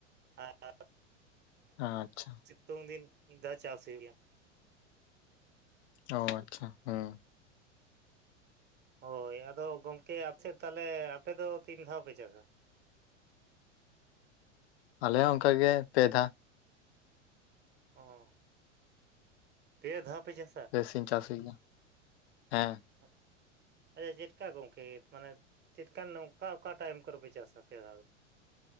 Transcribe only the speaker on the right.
ᱟᱨ
ᱛᱩᱝ ᱫᱤᱱ ᱢᱤᱫ ᱫᱷᱟᱣ ᱪᱟᱥ ᱦᱩᱭᱩᱜ ᱜᱮᱭᱟ᱾
ᱦᱳᱭ ᱟᱫᱚ ᱜᱚᱢᱠᱮ ᱟᱯᱮᱥᱮᱫ ᱛᱟᱦᱞᱮ ᱟᱯᱮ ᱫᱚ ᱛᱤᱱ ᱫᱷᱟᱣ ᱯᱮ ᱪᱟᱥᱟ?
ᱚᱻ ᱾ ᱯᱮ ᱫᱷᱟᱣ ᱯᱮ ᱪᱟᱥᱟ?
ᱟᱪ ᱟᱪᱪᱷᱟ ᱪᱮᱫ ᱠᱟ ᱜᱚᱝᱠᱮ ᱢᱟᱱᱮ ᱪᱮᱫ ᱠᱟᱱ ᱱᱚᱝᱠᱟ ᱚᱠᱟᱴᱟᱜ ᱴᱟᱭᱤᱢ ᱠᱚᱨᱮᱯᱮ ᱪᱟᱥᱟ ᱯᱮ ᱫᱷᱟᱣ ᱫᱚ?